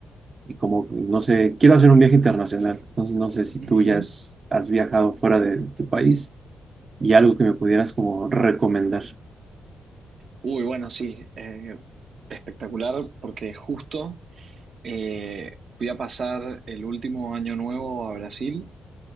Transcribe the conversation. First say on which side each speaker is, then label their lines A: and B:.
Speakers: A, on the right; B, on the right.
A: y como, no sé, quiero hacer un viaje internacional, entonces no sé si tú
B: Ujú.
A: ya has, has viajado fuera de tu país y algo que me pudieras como recomendar.
B: Uy, bueno, sí, eh, espectacular porque justo eh, fui a pasar el último año nuevo a Brasil